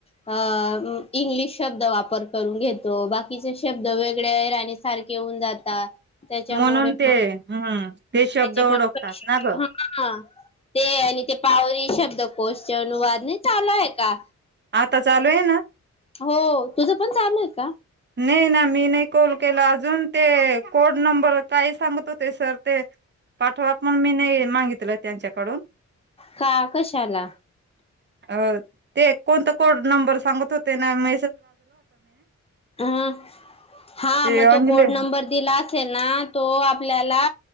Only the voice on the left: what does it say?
अ इंग्लिश शब्द वापर करून घेतो बाकीचे शब्द वेगळ्या राहणी सारखे होऊन जातात. त्याच्यामुळे
त्याचे
पण पैसे
हा. ते आणि ते पावरी शब्द क्वेश्चन वाद नाही चालू आहे का?
हो. तुझं पण चालू आहे का?
का? कशाला?
हं, हा
मग
तो कोड नंबर दिला येना तो आपल्याला